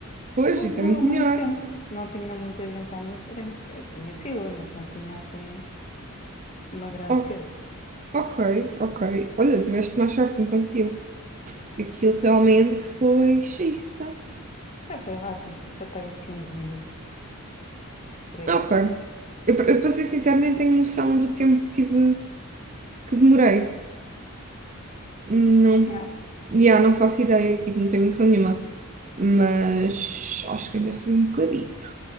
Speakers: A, on the right (about 35°); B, on the left (about 30°).
A: Pois,
B: Nem
A: isso
B: demorou
A: é muito
B: muito
A: melhor.
B: tempo. Não tinha muita gente à minha frente. Eh, Tinha fila, mas não tinha assim uma grande
A: O-
B: fila.
A: ok, ok. Olha, tiveste mais sorte então que eu. Aquilo realmente foi xiça.
B: Já foi rápido. Até aí 15 minutos. por aí.
A: Ok. Eu, eu, para ser sincero, nem tenho noção do tempo que tive, que demorei. Não,
B: É.
A: yeah, não faço ideia, tipo, não tenho noção nenhuma. Mas acho que ainda foi um bocadito.